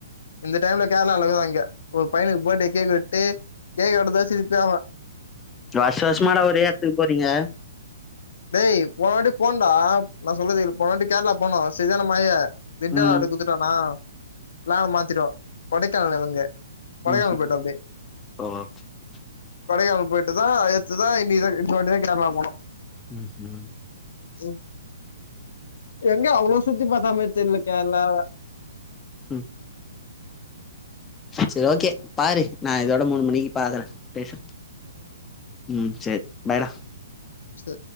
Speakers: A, on the left; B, on the left.
A: இந்த டைம்ல கேர்ளால இகத இங்க ஒரு பையனுக்கு பர்டே கேக் வெட்டு கேக் எடுத்தா சிச்சாவா
B: வர்ஷவர்ஷமாட ஒரே எத்துக்கு போறீங்க
A: டேய் போனவாட்டி போண்டா நா சொல்றது போனாட்டி கேரளா போனோ சரியான மழையே திட்டலாடு
B: ம்
A: குடுத்துட்டோமா ப்ளான மாத்திட்டோ கொடைக்கானல் இவங்க கொடைக்கானல்
B: உஹும்
A: போயிட்டோ
B: <unintelligible>
A: கொடைக்கானால் போயிட்டு தா எத்துதா இனிதா இந்த வாட்டி தா கேரளா போனோ
B: எஸ் மேம்
A: உம் எங்க அவ்ளோ சுத்தி பாத்தா மேரி தெர்ல கேரளா <inaudible>
B: ம் சரி ஓகே பாரு நா இதோட மூணு மணிக்கு பாக்கற பேசுற உம் சேரி பாய்டா
A: ச